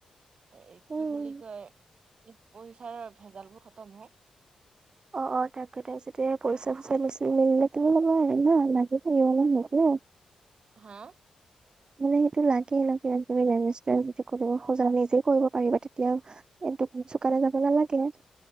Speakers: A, on the right; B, on the right.
A: এ
B: উম
A: কি বুলি কয় পইচাৰ ভেজালবোৰ খতম হওঁ
B: অ অ তাকে তাৰ যতে পচা পচা লৈছে মেল লাকিব লগা আহ ন মাজি থ আহিব নছিল
A: হা
B: মানে সেইটো লাগে ৰাজনৈতিাৰ <unintelligible> যদি কৰিব খোজা নিজেই কৰিব পাৰিবা তেতিয়াও চুকানে যাব ন লাগে